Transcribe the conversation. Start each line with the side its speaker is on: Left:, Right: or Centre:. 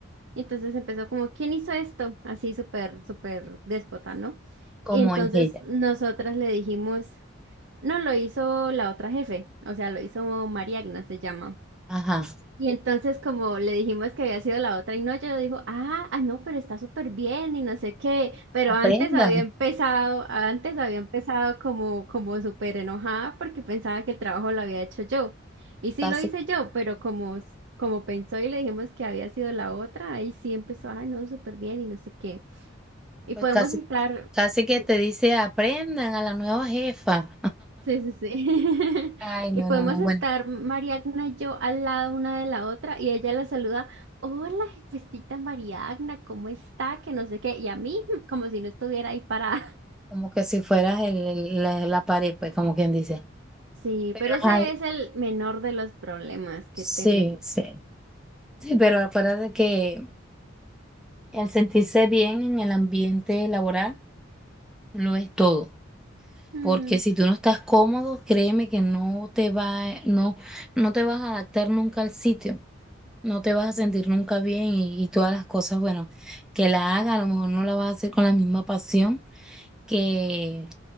Right: Y entonces empezó como, ¿quién hizo esto? Así súper, súper déspota, ¿no?
Centre: como
Right: Y entonces
Centre: en ella.
Right: nosotras le dijimos, no, lo hizo la otra jefe, o sea, lo hizo María Agnes, se llama.
Centre: Ajá,
Right: Y entonces como le dijimos que había sido la otra y no, ella dijo, ah, ah, no, pero está súper bien y no sé qué, pero
Centre: aprendan,
Right: antes había empezado, antes había empezado como, como súper enojada porque pensaba que el trabajo lo había hecho yo. Y sí
Centre: casi,
Right: lo hice yo, pero como, s- como pensó y le dijimos que había sido la otra, ahí sí empezó, ay, no, súper bien y no sé qué. Y
Centre: pues
Right: podemos
Centre: casi,
Right: estar...
Centre: casi que
Right: sí.
Centre: te dice aprendan a la nueva jefa.
Right: Sí, sí, sí. <laughs>
Centre: Ay, no,
Right: Y podemos
Centre: no, no,
Right: estar
Centre: bueno,
Right: Mariagna y yo al lado una de la otra y ella la saluda, hola jefecita Mariagna, ¿cómo está? Que no sé qué. Y a mí, <laughs> como si no estuviera ahí parada. <laughs>
Centre: como que si fueras el, el- la, la pared, pues como quien dice.
Right: Sí,
Centre: Pero,
Right: pero ese
Centre: ay,
Right: es el menor de los problemas que
Centre: sí,
Right: he tenido.
Centre: sí. Sí, pero acuérdate que el sentirse bien en el ambiente laboral lo es todo.
Right: Mm.
Centre: Porque si tú no estás cómodo, créeme que no te va, eh, no, no te vas a adaptar nunca al sitio. No te vas a sentir nunca bien y, y todas las cosas, bueno, que la haga, a lo mejor no la vas a hacer con la misma pasión que